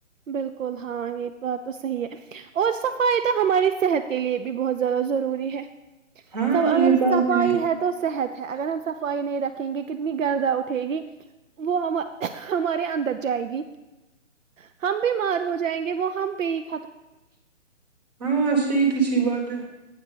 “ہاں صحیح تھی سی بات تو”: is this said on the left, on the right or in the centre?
Right